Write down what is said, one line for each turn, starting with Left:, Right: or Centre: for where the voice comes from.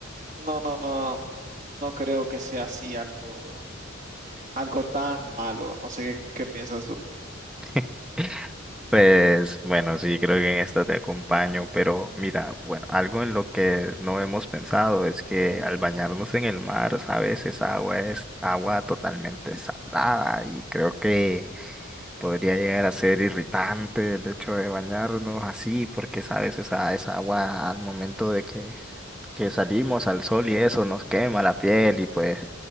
Right: no, no, no, no creo que sea así algo, algo tan malo. No sé qué, qué piensas tú.
Centre: <laughs> Pues bueno, sí, creo que en esta te acompaño, pero mira, bueno, algo en lo que no hemos pensado es que al bañarnos en el mar, sabes, esa agua es agua totalmente salada y creo que Podría llegar a ser irritante el hecho de bañarnos así, porque sabes, esa, esa agua al momento de que, que salimos al sol y eso nos quema la piel y pues